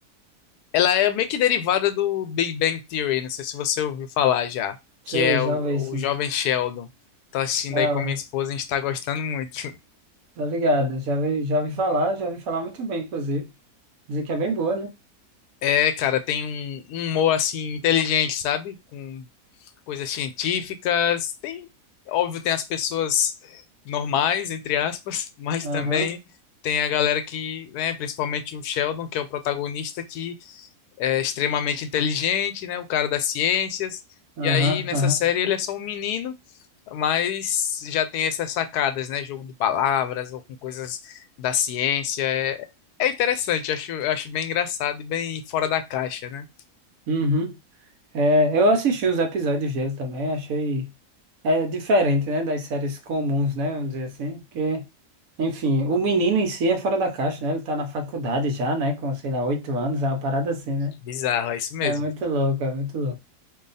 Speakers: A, on the left; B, on the right.
A: ela é meio que derivada do Big Bang Theory, não sei se você ouviu falar já, que
B: Sei,
A: é
B: já
A: o,
B: vi esse.
A: o Jovem Sheldon. Tô assistindo
B: É,
A: aí
B: ó,
A: com a minha esposa, a gente tá gostando muito.
B: tô ligado, já vi, já vi falar, já vi falar muito bem, inclusive. Dizer que é bem boa, né?
A: É, cara, tem um, um humor assim inteligente, sabe? Com coisas científicas. Tem, óbvio, tem as pessoas normais, entre aspas, <laughs> mas
B: Aham,
A: também tem a galera que, né, principalmente o Sheldon, que é o protagonista, que é extremamente inteligente, né, o cara das ciências.
B: aham,
A: E aí, nessa
B: aham.
A: série, ele é só um menino, mas já tem essas sacadas, né? Jogo de palavras ou com coisas da ciência. É, é interessante, acho, eu acho bem engraçado e bem fora da caixa, né?
B: Uhum. É, eu assisti os episódios dele também, achei. É diferente, né, das séries comuns, né? Vamos dizer assim, porque. Enfim, o menino em si é fora da caixa, né? Ele tá na faculdade já, né? Com, sei lá, oito anos, é uma parada assim, né?
A: Bizarro, é isso mesmo.
B: É muito louco, é muito louco.